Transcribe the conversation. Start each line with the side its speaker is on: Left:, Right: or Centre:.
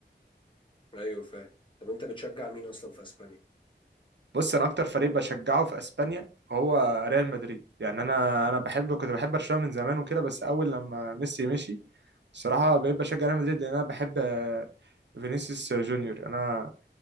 Left: ايوه فاهم طب انت بتشجع مين اصلا في اسبانيا
Right: بص انا اكتر فريق بشجعه في اسبانيا هو ريال مدريد يعني انا انا بحب كنت بحب برشلونة من زمان وكده بس اول لما ميسي مشي الصراحة بقيت بشجع ريال مدريد لان انا بحب آه، فينيسيوس جونيور انا